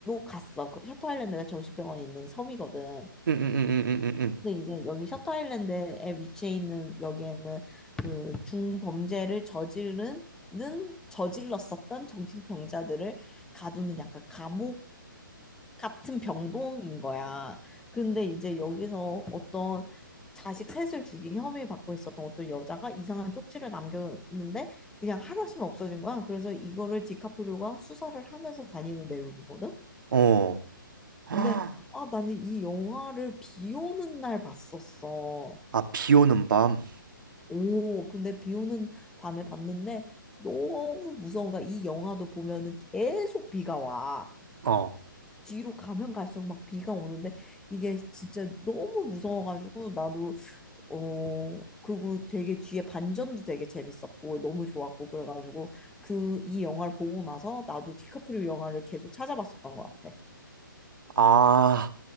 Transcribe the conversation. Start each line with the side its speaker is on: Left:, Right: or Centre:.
Centre: 갔어. 그 셔터 아일랜드가 정신병원이 있는 섬이거든.
Right: 응응응응응응.
Centre: 근데 이제 여기 셔터 아일랜드에 위치해 있는 여기에는 그 중범죄를 저지르는 저질렀었던 정신병자들을 가두는 약간 감옥 같은 병동인 거야. 근데 이제 여기서 어떤 자식 셋을 죽인 혐의 받고 있었던 어떤 여자가 이상한 쪽지를 남겼는데 그냥 하루 아침에 없어진 거야. 그래서 이거를 디카프리오가 수사를 하면서 다니는 내용이거든.
Right: 어. <gasps>
Centre: 근데 아 나는 이 영화를 비 오는 날 봤었어.
Right: 아, 비 오는 밤.
Centre: 오, 근데 비 오는 밤에 봤는데 너무 무서운 거야. 이 영화도 보면은 계속 비가 와.
Right: 어.
Centre: 뒤로 가면 갈수록 막 비가 오는데 이게 진짜 너무 무서워가지고 나도 어 그리고 되게 뒤에 반전도 되게 재밌었고 너무 좋았고 그래가지고 그 이 영화를 보고 나서 나도 디카프리오 영화를 계속 찾아봤었던 것 같아.
Right: 아,